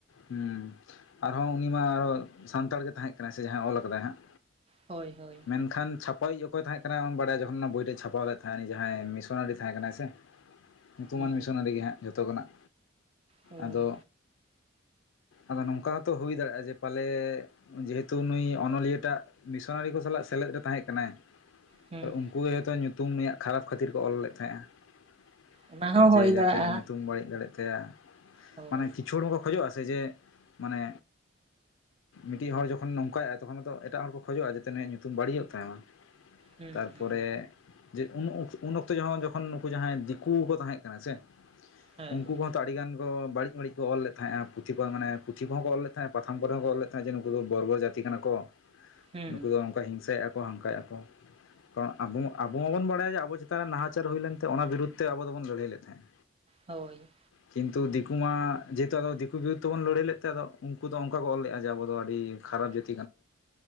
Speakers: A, on the left (about 70°); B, on the right (about 25°).
A: ᱦᱩᱸ ᱟᱨᱦᱚᱸ ᱩᱱᱤ ᱢᱟ ᱟᱨᱦᱚ ᱥᱟᱱᱛᱟᱲ ᱜᱮ ᱛᱟᱦᱮᱸᱜ ᱠᱟᱱᱟᱭ ᱥᱮ ᱡᱟᱦᱟᱸᱭ ᱚᱞ ᱟᱠᱟᱫᱟᱭ ᱦᱟᱸᱜ?
B: ᱦᱳᱭ ᱦᱳᱭ
A: ᱢᱮᱱᱠᱷᱟᱱ ᱪᱷᱟᱯ- ᱯᱟ ᱭᱤᱡ ᱚᱠᱚᱭ ᱛᱟᱦᱮᱸᱫ ᱠᱟᱱᱟ, ᱟᱢ ᱵᱟᱲᱟᱭᱟ ᱡᱚᱠᱷᱚᱱ ᱚᱱᱟ ᱵᱳᱭ ᱨᱮ ᱪᱷᱟᱯᱟᱣ ᱞᱮᱫ ᱛᱟᱦᱮᱸᱫ, ᱩᱱᱤ ᱡᱟᱦᱟᱸᱭ ᱢᱤᱥᱚᱱᱟᱨᱤ ᱛᱟᱦᱮᱸ ᱠᱟᱱᱟᱭ ᱥᱮ? ᱧᱩᱛᱩᱢᱟᱱ
B: ᱦᱩᱸ
A: ᱢᱤᱥᱚᱱᱟᱹᱨᱤ ᱜᱮ ᱦᱟᱸᱜ ᱡᱚᱛᱚ ᱠᱷᱚᱱᱟᱜ,
B: ᱦᱳᱭ
A: ᱟᱫᱚ ᱟᱫᱚ ᱱᱚᱝᱠᱟ ᱦᱚᱛᱚ ᱦᱩᱭ ᱫᱟᱲᱮᱭᱟᱜ-ᱟ ᱡᱮ ᱯᱟᱞᱮᱻᱜ ᱡᱮᱦᱮᱛᱩ ᱱᱩᱭ ᱚᱱᱚᱞᱤᱭᱟᱹ ᱴᱟᱜ ᱢᱮᱥᱚᱱᱟᱹᱨᱤ ᱠᱚ ᱥᱟᱞᱟᱜ ᱥᱮᱞᱮᱫ ᱨᱮ ᱛᱟᱦᱮᱸᱫ ᱠᱟᱱᱟᱭ᱾
B: ᱦᱩᱸ
A: ᱟᱨ ᱩᱱᱠᱩ ᱜᱮ ᱦᱚᱭ ᱛᱚ, ᱧᱩᱛᱩᱢ ᱱᱩᱭᱟᱜ ᱠᱷᱟᱨᱟᱯ ᱠᱷᱟᱹᱛᱤᱨ ᱠᱚ ᱚᱞ ᱞᱮᱫ ᱛᱟᱦᱮᱸᱜ-ᱟ
B: ᱚᱱᱟ ᱦᱚᱸ
A: ᱾
B: ᱦᱩᱭ
A: ᱡᱮ
B: ᱫᱟᱲᱮᱭᱟᱜᱼᱟ
A: ᱡᱟᱛᱮ ᱧᱩᱛᱩᱢ ᱵᱟᱹᱲᱤᱡ ᱫᱟᱲᱮᱜ ᱛᱟᱭᱟ,
B: ᱦᱳᱭ
A: ᱢᱟᱱᱮ ᱠᱤᱪᱷᱩᱼᱲ ᱦᱚ ᱠᱷᱚᱡᱚᱜ-ᱟ ᱥᱮ, ᱪᱮᱜ? ᱢᱟᱱᱮ ᱢᱤᱫᱴᱤᱡ ᱦᱚᱲ ᱡᱚᱠᱷᱚᱱ ᱱᱚᱝᱠᱟᱭ-ᱟ ᱛᱚᱠᱷᱚᱱ ᱮᱴᱟᱜ ᱦᱚᱲ ᱠᱚ ᱠᱷᱚᱡᱚᱜ-ᱟ ᱡᱟᱛᱮ ᱱᱩᱭᱟᱜ ᱧᱩᱛᱩᱢ ᱵᱟᱹᱲᱤᱡᱚᱜ ᱛᱟᱭ ᱢᱟ
B: ᱦᱩᱸ
A: ᱛᱟᱨ ᱯᱚᱨᱮᱼᱼ
B: ᱦᱩᱸ
A: ᱡᱮ ᱩᱱ ᱩᱱ ᱚᱠᱛᱚ ᱡᱚᱠᱷᱚᱱ ᱱᱩᱠᱩ ᱡᱟᱦᱟᱸᱭ ᱫᱤᱠᱩ ᱠᱚ ᱛᱟᱦᱮᱸ ᱠᱟᱱᱟ ᱥᱮ
B: ᱦᱮᱸ
A: ᱩᱱᱠᱩ ᱠᱚᱼᱼ ᱛᱚ ᱟᱹᱰᱤ ᱜᱟᱱ ᱠᱚ ᱵᱟᱹᱲᱤᱡ ᱵᱟᱹᱲᱤᱡ ᱠᱚ ᱚᱞ ᱞᱮᱫᱟ ᱛᱟᱦᱮᱸᱜ ᱯᱩᱛᱷᱤ ᱠᱚ ᱢᱟᱱᱮ ᱯᱩᱛᱷᱤ ᱠᱚ ᱦᱚᱸ ᱠᱚ ᱚᱞ ᱞᱮᱫ ᱛᱟᱦᱮᱸᱜ ᱯᱟᱛᱷᱟᱢ ᱠᱚ ᱨᱮ ᱦᱚᱸᱠᱚ ᱚᱞ ᱞᱮᱫ ᱛᱟᱦᱮᱸᱜ ᱡᱮ ᱱᱩᱠᱩ ᱫᱚ ᱵᱚᱨᱵᱚᱨ ᱡᱟᱹᱛᱤ ᱠᱟᱱᱟ ᱠᱚ
B: ᱦᱩᱸ
A: ᱱᱩᱠᱩ ᱫᱚ ᱚᱱᱠᱟ ᱦᱤᱝᱥᱟᱹᱭ ᱮᱫ-ᱟ ᱠᱚ ᱦᱟᱱᱠᱟᱭᱮᱫ-ᱟ ᱠᱚ ᱠᱟᱨᱚᱱ ᱟᱵᱚ ᱟᱵᱚ ᱢᱟᱵᱚᱱ ᱵᱟᱲᱟᱭᱟ ᱡᱮ ᱟᱵᱚ ᱡᱟᱹᱛᱤᱼᱼ ᱪᱮᱛᱟᱱ ᱨᱮ ᱱᱟᱦᱟᱪᱟᱨ ᱦᱩᱭ ᱞᱮᱱ ᱛᱮ ᱚᱱᱟ ᱵᱤᱨᱩᱫ ᱛᱮ ᱟᱵᱚ ᱫᱚᱵᱚᱱ ᱞᱟᱹᱲᱦᱟᱹᱭ ᱞᱮᱫ ᱛᱟᱦᱮᱸᱫ
B: ᱦᱳᱭ
A: ᱠᱤᱱᱛᱩ ᱫᱤᱠᱩ ᱢᱟ ᱡᱟᱹᱛᱼᱼ <unintelligible> ᱫᱤᱠᱩ ᱵᱤᱨᱩᱫ ᱛᱮᱵᱚᱱ ᱞᱟᱹᱲᱦᱟᱹᱭ ᱞᱮᱫ ᱛᱮ ᱟᱫᱚ ᱩᱱᱠᱩ ᱫᱚ ᱚᱱᱠᱟ ᱠᱚ ᱚᱞ ᱞᱮᱫ-ᱟ ᱡᱮ ᱟᱵᱚ ᱫᱚ ᱟᱹᱰᱤ ᱠᱷᱟᱨᱟᱯ ᱡᱟᱹᱛ